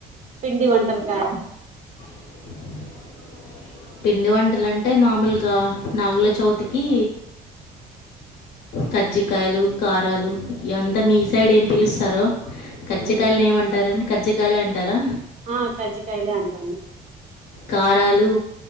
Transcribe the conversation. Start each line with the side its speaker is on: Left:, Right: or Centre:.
Right: పిండి వంటలు కా
Left: <inaudible> పిండి వంటలంటే మామూలుగా నాగుల చవుతికి కజ్జికాయలు కారాలు ఇ అంతా మీ సైడ్ ఏం పిలుస్తారో కజ్జికాయలని
Right: ఉమ్.
Left: ఏమంటారండి కజ్జికాయలే అంటారా
Right: ఆ కజ్జికాయలే అంటాము
Left: కారాలు